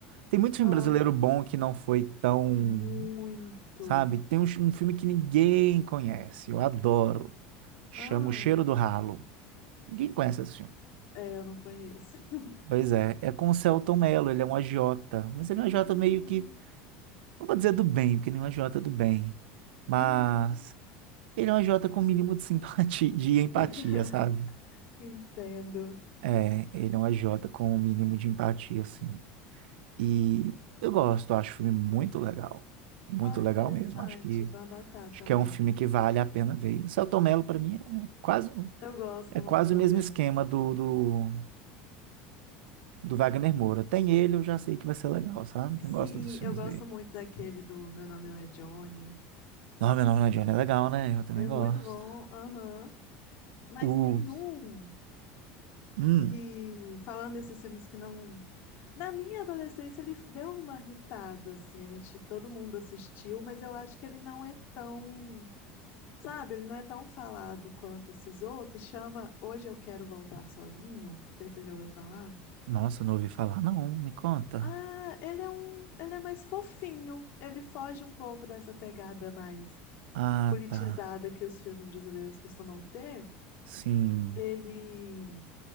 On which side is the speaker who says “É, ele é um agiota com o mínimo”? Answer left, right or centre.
Right